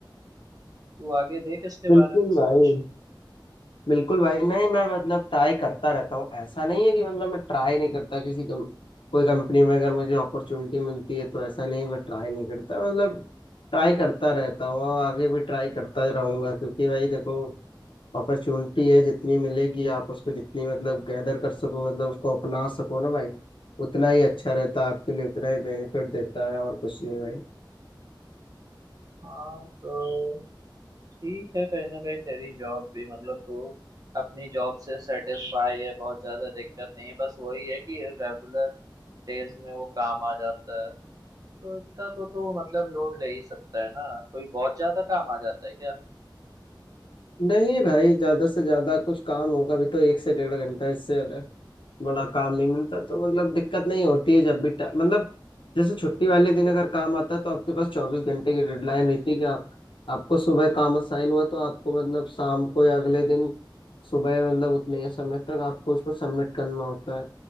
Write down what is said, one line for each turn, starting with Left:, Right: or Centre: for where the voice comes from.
Right: तू आगे देख इसके
Left: बिल्कुल
Right: बारे में सोच
Left: भाई बिल्कुल भाई नहीं मैं मतलब ट्राई करता रहता हूँ ऐसा नहीं है कि मतलब मैं ट्राई नहीं करता किसी कम, कोई कंपनी में अगर मुझे अपॉर्चुनिटी मिलती है तो ऐसा नहीं है मैं ट्राई नहीं करता मतलब ट्राई करता रहता हूँ और आगे भी ट्राई करता रहूंगा क्योंकि भाई देखो अपॉर्चुनिटी है जितनी मिलेगी आप उसको जितनी मतलब गैदर कर सको मतलब उसको अपना सको ना भाई उतना ही अच्छा रहता है आपके लिए उतना ही बेनिफिट देता है और कुछ नहीं भाई
Right: हाँ तो ठीक है कहीं ना कहीं तेरी जॉब भी मतलब तू अपनी जॉब से सेटिस्फाई है बहुत ज्यादा दिक्कत नहीं है बस वही है कि रेगुलर डेज में वो काम आ जाता है तो इतना तो तू मतलब लोड ले ही सकता है ना कोई बहुत ज्यादा काम आ जाता है क्या
Left: नहीं भाई ज्यादा से ज्यादा कुछ काम होगा भी तो एक से डेढ़ घंटा इससे ज्यादा बड़ा काम नहीं मिलता तो मतलब दिक्कत नहीं होती है जब भी टा- मतलब जैसे छुट्टी वाले दिन अगर काम आता है तो आपके पास चौबीस घंटे की डेडलाइन रहती है कि आप आपको सुबह काम असाइन हुआ तो आपको मतलब शाम को या अगले दिन सुबह मतलब उतने ही समय तक आपको उसको सबमिट करना होता है